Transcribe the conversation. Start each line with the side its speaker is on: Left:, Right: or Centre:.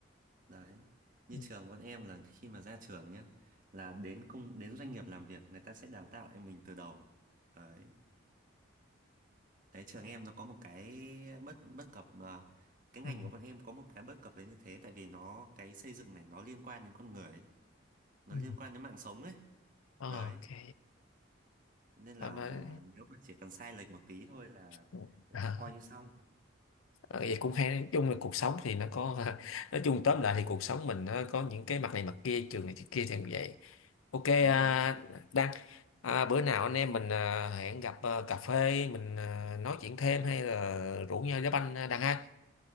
Right: đấy như
Left: Ừ,
Right: trường bọn em là khi mà ra trường nhá là đến công đến doanh nghiệp làm việc người ta sẽ đào tạo em mình từ đầu đấy Đấy, trường em nó có một cái bất bất cập mà cái
Left: ừ,
Right: ngành của bọn em có một cái bất cập là như thế tại vì nó cái xây dựng này nó liên quan đến con người ấy, nó
Left: ừ.
Right: liên quan đến mạng sống ấy
Left: Ok.
Right: đấy nên là
Left: Ờ, nói-
Right: nếu mà chỉ cần sai lệch một tí thôi là
Left: <laughs>
Right: là coi như xong
Left: Ờ, vậy
Right: đấy
Left: cũng hay nói chung là cuộc sống thì nó có <laughs> nói chung tóm lại thì cuộc sống mình nó có những cái mặt này mặt kia trường này trường kia thì như vậy ok à,
Right: đúng rồi
Left: Đăng à, bữa nào anh em mình à, hẹn gặp à, cà phê mình à, nói chuyện thêm hay là rủ nhau đá banh à, Đăng ha